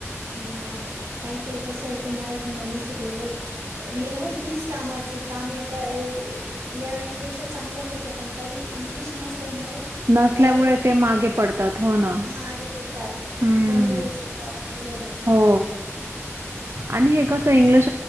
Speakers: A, on the right (about 75°); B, on the right (about 55°).
A: आता काही काही कस असते मराठीमधन शिकलेलं. केवल तीच कामाची काम एका या व्यक्तीपेक्षा चांगलं करतं पण तरी इंग्लिश नसत. मुळे
B: नसल्यामुळे
A: डायरेक्ट
B: ते मागे पडतात हो ना.
A: मागे
B: हम्म
A: कमी याचा जॉब दिला जातो
B: हो
A: मग त्यांना.
B: आणि हे कसं इंग्लिश
A: असं